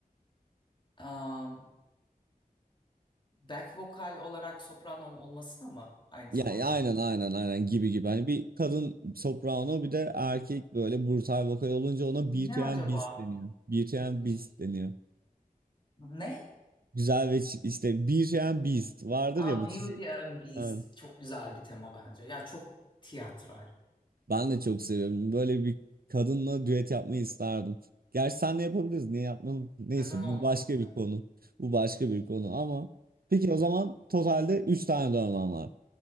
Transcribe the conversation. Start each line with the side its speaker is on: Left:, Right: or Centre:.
Left: Am, back vokal olarak sopranonun olmasına mı aynı zamanda?
Right: Ya, ya aynen aynen aynen gibi gibi. Hani bir kadın soprano bir de erkek böyle brutal vokal olunca ona
Left: Ne
Right: Beauty
Left: acaba?
Right: and Beast deniyor. Beauty and
Left: Hiç-
Right: Beast deniyor.
Left: Ne?
Right: Güzel ve çi- işte Beauty and Beast vardır
Left: Aa,
Right: ya bu
Left: Beauty
Right: çizgi.
Left: and Beast.
Right: Aynen.
Left: Çok güzel bir tema bence. Ya çok tiyatral.
Right: Ben de çok seviyorum. Böyle bir kadınla düet yapmayı isterdim. Gerçi senle yapabiliriz. Niye yapmayalım? Neyse
Left: Neden olmasın
Right: bu başka
Left: ya?
Right: bir konu. Bu başka bir konu ama peki o zaman totalde 3 tane dövmem var.